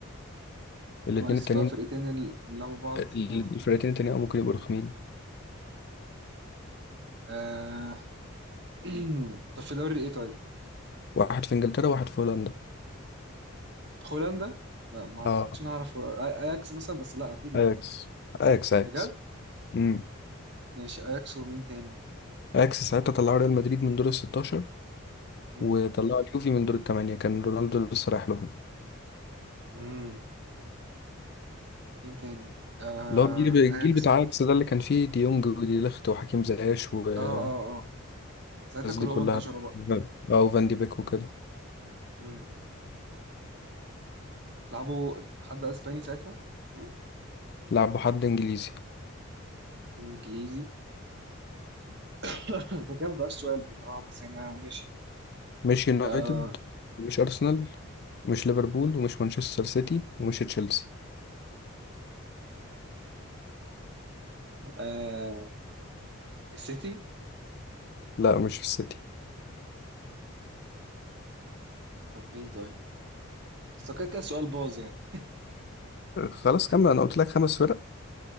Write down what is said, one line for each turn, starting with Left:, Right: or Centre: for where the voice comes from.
Left: الاثنين
Right: ناقص
Left: التانيين
Right: بقى فرقتين اللي لعبوا بعض
Left: ال-
Right: اه
Left: الفرقتين التانيين أو ممكن يبقوا رخمين
Right: آه، <clears throat> طب في دوري ايه طيب
Left: واحد في انجلترا وواحد في هولندا
Right: هولندا لا ما اعتقدش
Left: اه
Right: نعرف اياكس مثلا بس لا اكيد لا
Left: اكس اياكس اياكس
Right: بجد
Left: امم
Right: ماشي اياكس ومين تاني
Left: اياكس ساعتها طلعوا ريال مدريد من دور ال 16
Right: امم
Left: وطلعوا اليوفي من دور الثمانية كان رونالدو لسه رايح لهم
Right: امم مين تاني آه
Left: اللي هو الجيل الجيل
Right: اياكس
Left: بتاع اياكس ده اللي كان فيه ديونج ودي ليخت وحكيم زياش والناس
Right: اه اه اه ساعتها كلهم
Left: دي كلها
Right: انتشروا بقى
Left: اه وفان دي بيك وكده
Right: امم لعبوا حد اسباني ساعتها دول
Left: لعبوا حد انجليزي
Right: حد انجليزي <laughs> ده كان بقى السؤال بصراحه بس يعني آه ماشي
Left: مش يونايتد
Right: آه
Left: مش ارسنال ومش ليفربول ومش مانشستر سيتي ومش تشيلسي
Right: آه السيتي
Left: لا مش السيتي
Right: طب مين طيب بس هو كده كده السؤال باظ يعني
Left: خلاص كمل انا قلت لك خمس فرق